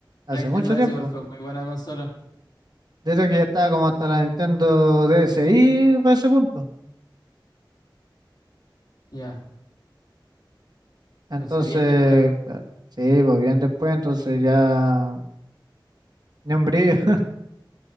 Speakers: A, on the right; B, on the left.
A: hace
B: La Nintendo
A: mucho
B: DS
A: tiempo.
B: igual fue muy buena consola.
A: desde que ya estaba como hasta la Nintendo D S y por ese punto.
B: Ya,
A: Entonces,
B: entonces bien después.
A: claro, sí, pues bien después, entonces ya ni un brillo, <laughs>